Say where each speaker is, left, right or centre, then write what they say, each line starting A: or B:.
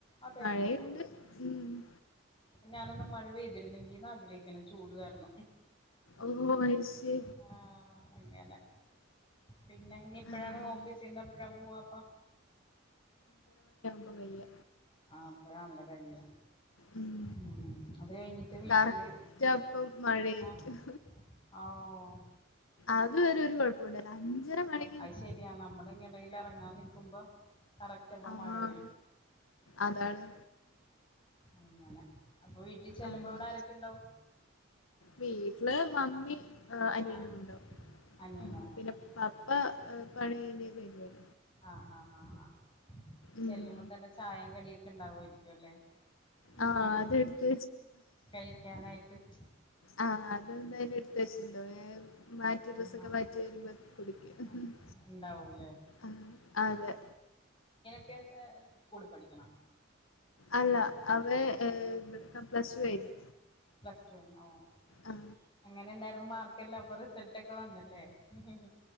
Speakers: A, on the left; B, on the left.
A: അതെല്ലേ
B: മഴയുണ്ട് ഉംമ്
A: ഞാനൊന്നു മഴ പെയ്തിരുന്നെങ്കി ന്നാഗ്രഹിക്കാണ് ചൂട് കാരണം
B: ഓഹോ ഐ സീ
A: ആഹ്അ അങ്ങനെ പിന്നെ ഇനി എപ്പഴാണ്
B: ആഹ്
A: ഓഫീസീന്നെപ്പഴ പോവാപ്പ
B: പ്പൊ വയ്യ
A: അഹ് അപ്പഴാണല്ലേ കഴിയ
B: ഉം
A: മ് അത് കഴിഞ്ഞിട്ട് വീട്ടില്
B: കറക്റ്റ് അപ്പം മഴയായിരിക്കും
A: ആഹ് ഓ ഓഹ്
B: അത് വരെ ഒരു കുഴപ്പൊണ്ടവുല്ല അഞ്ചരമണി
A: അയ് ശരിയാ നമ്മള് എങ്ങനേലും ഇറങ്ങാൻ നിക്കുമ്പോ കറക്റ്റ് അപ്പൊ
B: ആഹ്
A: മഴ വരും
B: അതാണ്
A: അങ്ങനെ അപ്പൊ വീട്ടിൽ ചെല്ലുമ്പോ
B: ആഹ്
A: അവിടെ ആരൊക്കെ ഉണ്ടാവും
B: വീട്ടില് മമ്മി ആഹ് അനിയനും
A: ആ
B: ഉണ്ടാവും
A: അനിയനോ
B: ആഹ് പിന്നെ പപ്പ പണി കഴിഞ്ഞ് വരുവായി
A: അഹ് ഹ ഹാ ഹ ചെല്ലുമ്പോ
B: ഉം
A: തന്നെ ചായേം കടി ക്ക്ണ്ടാവുവായിരിക്കുവല്ലേ ഉം
B: ആഹ്
A: ഹുംഹു
B: അതെടുത്ത്
A: കഴിക്കാനായിട്ട് <inaudible>
B: അഹ് അതെന്തായാലും എടുത്ത് വെച്ചിട്ടുണ്ടാവും എഹ് മാറ്റി
A: ആ
B: ഡ്രസ്സൊക്കെ
A: ഹാ
B: മാറ്റി വരുമ്പോ കുടിക്കും
A: ആ ഉണ്ടാവൂല്ലേ
B: ആഹ് അതെ
A: ക്കെ എന്താ സ്കൂളിൽ പഠിക്ക്ണൊ
B: അല്ല അവൻ ഏഹ് പ്ലസ് ടു കഴിഞ്ഞു
A: പ്ലസ് ടു ഴിഞ്ഞോ ഓ
B: ആ
A: എങ്ങനെണ്ടാ മാർക്കെല്ലാം അപ്പൊ റിസൾട്ടൊക്കെ വന്നല്ലേ മ് മ്മ്